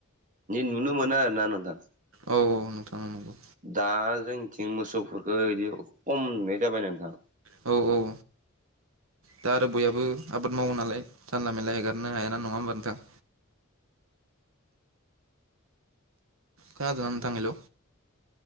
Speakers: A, on the right; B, on the right.
A: नुनो मोना ओरो ना नोंथां।
B: औ औ नोंथां नंगौ।
A: दा जोंनिथिं मोसौखौ खम नुनाय जाबाय नोंथां।
B: औ औ। दा आरो बयहाबो आबाद मावो नालाय मेनलला हेगारनो हाया नङा होमबा नोंथां। खोनादों ना नोंथां। Hello